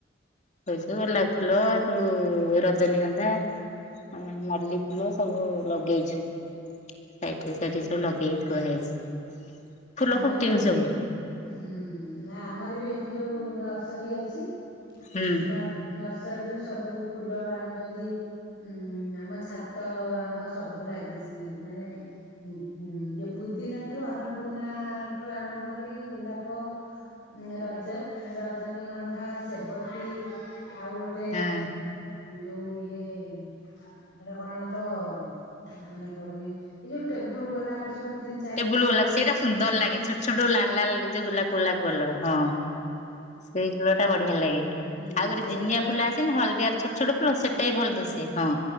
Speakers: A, on the left; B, on the left.
A: କଇସୁ ଗୋଲପା ଫୁଲ ଏ ତୁ ରଜନୀଗନ୍ଧା। ହଁ ମଲ୍ଲି ଫୁଲ ସବୁ ଲଗେଇଛିି। ସାଇଟରେ ସାଇଟରେ ସବୁ ଲଗେଇକି ଥୁଆ ହେଇଛି। ଫୁଲ
B: ଆମର
A: ଫୁଟିନି
B: ବି
A: ସବୁ
B: ହୁଁ ନା ଆମର ବି ଏଇଠି ଯୋଉ ନର୍ସରୀ ଅଛି। ନ
A: ହୁଁ
B: ନର୍ସରୀରୁ ସବୁ ଫୁଲ ଆଣୁଛନ୍ତି। ଉୁଁ ଆମ ଛାତ ଯାଙ୍କ ସବୁ ଲାଗିଛି। ମାନେ ଉ ଇଏ ପୁଦିନା ଠୁ ଅନ୍ନପୂର୍ଣ୍ଣା ଠୁ ଆରମ୍ଭ କରି ଗୋଲାପ ରଜ ରଜନୀଗନ୍ଧା ସେବତୀ ଆଉ ଗୋ ତେ
A: ହଁ
B: ଯୋଉ ଇଏ ଏଇଟା କଣ ତ ମନେ ପଡୁନି ଏଇ ଯୋଉ ଟେବୁଲ ଗୋଲପା ସବୁ ତିନି ଚାରି
A: ଟେବୁଲ
B: ପ୍ରକାର
A: ଗୋଲାପ ସେଇଟା ସୁନ୍ଦର ଲାଗ ଛୋଟ ଛୋଟ ଲାଲା ଯୋଉ ଗୋଲାପ। ଗୋଲାପ କଲର ହଁ ସେଇ ଫୁଲ ଟା ବଢିଆ ଲାଗେ।
B: ଉଁ
A: ଆଉ ଗୋଟେ
B: ସେଟା
A: ଜିନିଆ ଫୁଲ ଆସ କିନ ହଳଦିଆ ର ଛୋଟ ଛୋଟ ଫୁଲ ସେଟା ବି ଭଲ ଦୁଶେ। ହଁ,